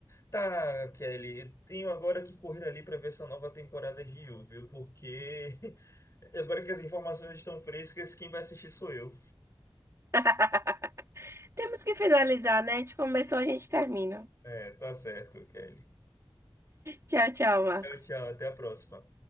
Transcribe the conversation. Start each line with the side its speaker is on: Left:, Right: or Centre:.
Left: Tá, Kelly, eu tenho agora que correr ali para ver essa nova temporada de You, viu? Porque <laughs> agora que as informações estão frescas, quem vai assistir sou eu.
Right: <laughs> Temos que finalizar, né? A gente começou, a gente termina.
Left: É, tá certo, Kelly.
Right: Tchau, tchau, Marcos.
Left: Tchau, tchau, até a próxima.